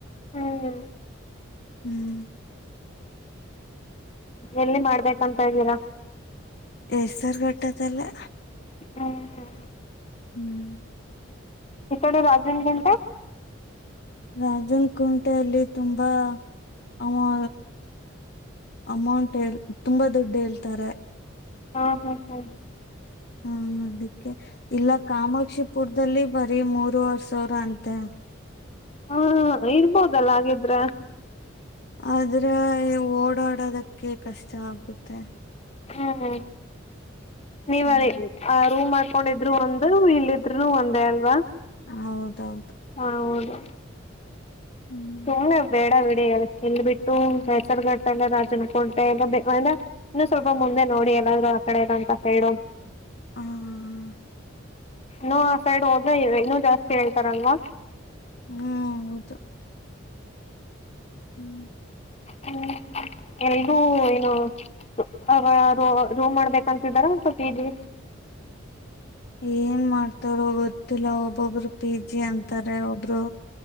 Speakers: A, on the left; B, on the left.
A: ಹ್ಮ್
B: ಹ್ಮ್.
A: ಎಲ್ಲಿ ಮಾಡ್ಬೇಕಂತ ಇದಿರಾ.
B: ಹೆಸರ್ಘಟ್ಟ ದಲ್ಲೇ.
A: ಹ ಹ
B: ಹ್ಮ್
A: ಇಕಡೆ ರಾಜನ್ಗುಂಟೆ.
B: ರಾಜನ್ಕುಂಟೆ ಅಲ್ಲಿ ತುಂಬಾ ಆ. ಅಮೌಂಟ್ ಹೆಳ್ ತುಂಬಾ ದುಡ್ ಹೇಳ್ತಾರೆ.
A: ಹಾ ಹಾ ಹಾ.
B: ಹಾ ಅದಿಕ್ಕೆ ಇಲ್ಲ ಕಾಮಾಕ್ಷಿಪುರ್ದಲ್ಲಿ ಬರಿ ಮೂರುವರ್ ಸಾವ್ರ ಅಂತೆ.
A: ಹಾ ಇರ್ಬೋದಲ್ಲ ಹಾಗಿದ್ರೆ.
B: ಆದ್ರೆ ಓಡಾಡುದುಕ್ಕೆ ಕಷ್ಟ ಆಗುತ್ತೆ.
A: ಹ್ಮ್ ನೀವ್.
B: ಹ್ಮ್
A: ಆ ರೂಮ್ ಮಾಡಾಕೊಂಡಿದ್ರು ಒಂದು ಇಲ್ಲಿದ್ರು ಒಂದೇ ಅಲ್ವಾ.
B: ಹೌದೌದು.
A: ಹ ಹೌದು
B: ಹ್ಮ್
A: ಸುಮ್ನೆ ಬೇಡ ಬಿಡಿ ಅದು. ಇಲ್ ಬಿಟ್ಟು ಹೆಸರ್ಘಟ್ಟ ಇಲ್ಲ ರಾಜನ್ಕುಂಟೆ ಇಲ್ಲ ಇನ್ನು ಸ್ವಲ್ಪ ಮುಂದೆ ನೋಡಿ ಎಲ್ಲಾದ್ರೂ ಆಕಡೆ ಯೆಲಾಂಕ ಸೈಡು.
B: ಹ ಹ ಹಾ.
A: ಹೊ ಆ ಸೈಡ್ ಹೋಗಿ ಇನ್ನೂ ಜಾಸ್ತಿ ಹೇಳ್ತಾರಲ್ವಾ.
B: ಹ್ಮ್ ಹೌದು. ಹ್ಮ್.
A: ಹ್ಮ್ ಹ್ಮ್ ಏನು ಆ ರೋ ರೋ ಮಾಡ್ಬೇಕ್. ಅಂತಿದಾರ ಮತ ಪಿಜಿ.
B: ಏನ್ ಮಾಡ್ತಾರೋ ಗೊತ್ತಿಲ್ಲ ಒಬ್ಬೊಬ್ರು ಪಿ ಜಿ ಅಂತಾರೆ ಒಬ್ರು.